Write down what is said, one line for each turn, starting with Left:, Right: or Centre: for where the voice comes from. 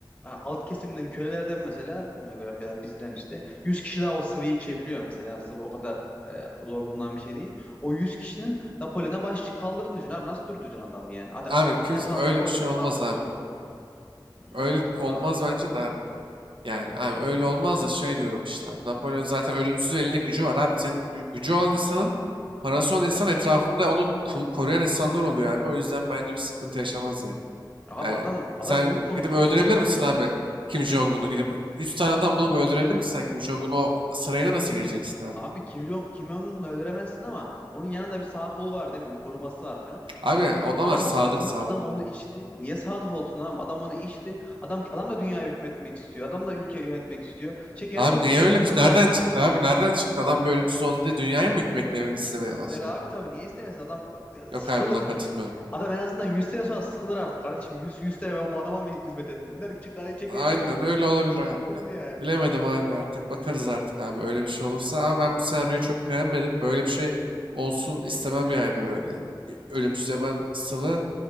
Left: e, alt kesimden kölelerden mesela e, ya da bizden işte 100 kişi daha o sıvıyı içebiliyor mesela. Sıvı o kadar e, zor bulunan bir şey değil. O 100 kişinin Napolyon'a baş kaldırdığını düşün abi. Nasıl durduracaksın adamı yani? Hadi
Right: Abi
Left: a-
Right: kimse
Left: yakaladın
Right: öyle
Left: koydun
Right: bir şey olmaz
Left: yakaladın
Right: abi.
Left: koydun. Nasıl
Right: Öyle
Left: olmaz
Right: olmaz
Left: abi?
Right: bence de abi. Yani abi öyle olmaz da şey diyorum işte abi. Napolyon zaten ölümsüz elinde gücü var abi. Senin gü- gücü olan insanın parası olan insan etrafında onu ku- koruyan insanlar oluyor abi. O yüzden bence bir sıkıntı yaşamaz ya.
Left: Abi
Right: Yani
Left: adam adam
Right: sen
Left: ölüm korkusundan
Right: gidip öldürebilir
Left: korkuyor.
Right: misin abi Kim Jong-un'u gidip 100 tane adam bulup öldürebilir misin sen Kim Jong-un'u o sarayına nasıl gireceksin abi?
Left: Abi Kim Jong Kim Jong-un'u öldüremezsin ama onun yanında bir sağ kolu var değil mi? Bir koruması var falan.
Right: Abi
Left: Adam
Right: adamlar
Left: adam
Right: sadık
Left: onu onu-
Right: sadık.
Left: adam onu içti. Niye sağ kol olsun adam? Adam onu içti. Adam adam da dünya hükmetmek istiyor. Adam da ülke yönetmek istiyor. Çeker
Right: Abi
Left: vur
Right: niye
Left: ya
Right: öyle
Left: otur
Right: bir şey?
Left: abi.
Right: Nereden çıktı abi? Nereden çıktı? Adam böyle ölümsüz oldu diye dünyaya mı hükmetmeye istemeye
Left: İster
Right: başladı?
Left: abi tabii niye istemesin? Adam e,
Right: Yok
Left: sıkılır.
Right: abi buna katılmıyorum.
Left: Adam en azından 100 sene sonra sıkılır artık kardeşim. Yüz yüz sene ben bu adama mı hizmet ettim der ki çıkar çeker
Right: Aynen
Left: çeker
Right: öyle olabilir abi.
Left: bitirir
Right: de.
Left: yani.
Right: Bilemedim abi artık bakarız artık abi öyle bir şey olursa. Ama ben bu senaryoyu çok beğenmedim. Böyle bir şey olsun istemem yani böyle. Ölümsüz yaban sıvı